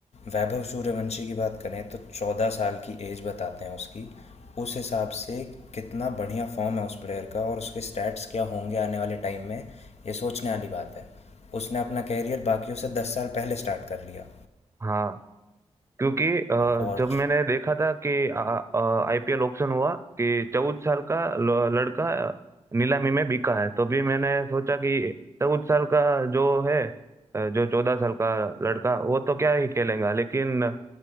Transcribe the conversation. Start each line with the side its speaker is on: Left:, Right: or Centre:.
Left: वैभव सूर्यवंशी की बात करें तो 14 साल की एज बताते हैं उसकी। उस हिसाब से कितना बढ़िया फ़ॉर्म है उस प्लेयर का और उसके स्टैट्स क्या होंगे आने वाले टाइम में, ये सोचने वाली बात है। उसने अपना करियर बाकियों से 10 साल पहले स्टार्ट कर लिया
Right: हाँ क्योंकि अ,
Left: और
Right: जब मैंने देखा था कि आईपीएल ऑक्शन हुआ कि चौदह साल का ल- लड़का नीलामी में बिका है तो भी मैंने सोचा कि चौदह साल का जो है अ, जो चौदह साल का लड़का वो तो क्या ही खेलेगा लेकिन अ,